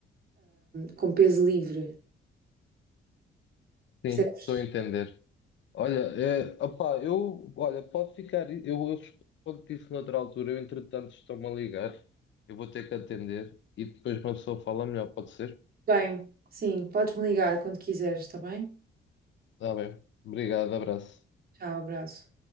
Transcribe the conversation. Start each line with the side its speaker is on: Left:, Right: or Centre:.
Right: com peso livre, percebes?
Left: Sim, estou a entender. Olha, é, opá, eu, olha, pode ficar, eu, eu respondo-te isso noutra altura, eu entretanto estou-me a ligar, eu vou ter que atender e depois uma pessoa fala melhor, pode ser?
Right: Bem, sim, podes me ligar quando quiseres, está bem?
Left: Está bem, obrigado, abraço.
Right: Tchau, abraço.